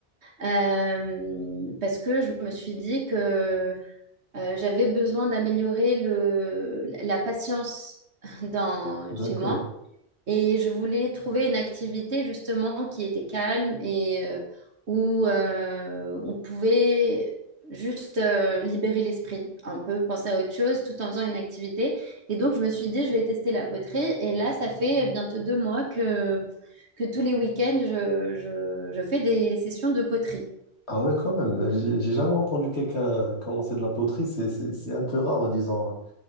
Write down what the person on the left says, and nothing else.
D'accord.
Ah ouais, quand même. J'ai j'ai jamais entendu quelqu'un commencer de la poterie. C'est c'est- c'est un peu rare, disons,